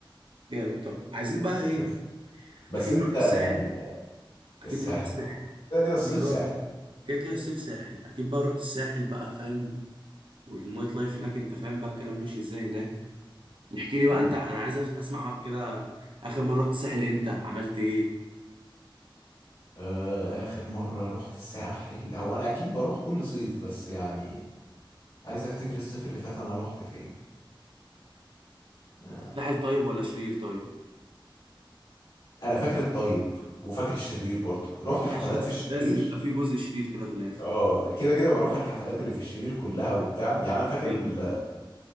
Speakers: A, on the right; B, on the left.
A: جامد طب عايزين بقى ايه
B: بس بس
A: اكيد
B: انت
A: رحت
B: يعني
A: الساحل اكيد
B: الساحل
A: رحت الساحل
B: طبعا كده كده الصيف
A: اكيد بقى
B: ساحل
A: كده كده الصيف ساحل اكيد بقى رحت الساحل بقى فاهم والنايت لايف هناك انت فاهم بقى الكلام ماشي ازاي هناك احكي لي بقى
B: امم
A: انت انا عايز أس- اسمع معاك كده اخر مره رحت الساحل امتى عملت ايه
B: آه، اخر مره رحت الساحل هو انا اكيد بروح كل صيف بس يعني عايز افتكر الصيف اللي فات انا رحت فين آه،
A: ساحل طيب ولا شرير طيب
B: انا فاكر الطيب وفاكر الشرير برضه رحت
A: ماشي
B: حفلات في الشرير
A: لازم يبقى في جزء شرير كده في الاخر
B: اه كده كده بروح الحفلات اللي في الشرير كلها وبتاع يعني انا فاكر
A: جامد
B: ال...